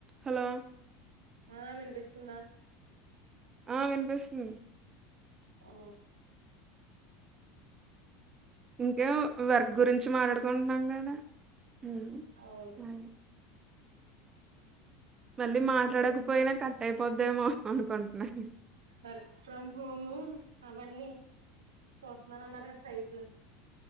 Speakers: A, on the right (about 30°); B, on the right (about 85°).
A: Hello
B: ఆ వినిపిస్తుందా
A: ఆ వినుపిస్తుంది
B: ఆ
A: ఇంకా వర్క్ గురించి మాట్లాడుకుంటున్నాం ఏడ ఉ
B: అవును
A: అ మళ్ళీ మాట్లాడకపోయినా కట్ అయిపోద్దేమో అనుకుంటున్నాను
B: వర్క్ ఫ్రమ్ హోము అవన్నీ చోస్తున్నా అన్నారు కదా సైట్లు